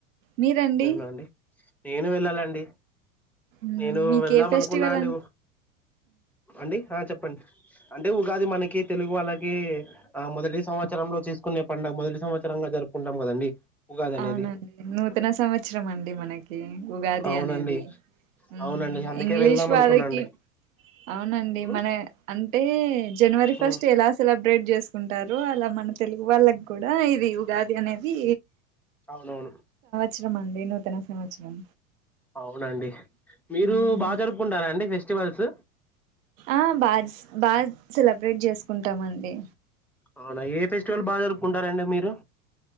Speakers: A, on the right; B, in the centre.
A: మీరండి
B: అవునా అండి నేను వెళ్ళాలండి
A: మ్మ్.
B: నేను
A: మీకు
B: వెళ్దాం
A: ఏ ఫెస్టివల్
B: అనుకున్నా అండి
A: అం
B: అండి ఆ చెప్పండి అంటే ఉగాది మనకి తెలుగు వాళ్ళకి ఆ మొదటి సంవత్సరంలో చేసుకునే పండుగ మొదటి సంవత్సరంగా జరుపుకుంటాం కదండి ఉగాది అనేది
A: అవునండి నూతన సంవత్సరం అండి మనకి ఉగాది
B: అవునండి
A: అనేది మ్మ్
B: అవునండి అందుకే
A: ఇంగ్లీష్
B: వెళ్దాం
A: వారికి
B: అనుకున్నా అండి
A: అవునండి
B: ఉమ్,
A: మన అంటే జనవరి ఫస్ట్
B: ఉమ్,
A: ఎలా సెలబ్రేట్ చేసుకుంటారు అలా మన తెలుగు వాళ్ళకి కూడా ఇది ఉగాది అనేది
B: అవునవును
A: చ్చరామ్ అండి నూతన సంవత్సరం
B: అవునండి మీరు
A: మ్మ్.
B: బాగా జరుపుకుంటారంండి ఫెస్టివల్ వల్స్
A: ఆ బా బా్ సెలబ్రేట్ చేసుకుంటామండి
B: అవునా ఏ ఫెస్టివల్ బాగా జరుపుకుంటారంండి మీరు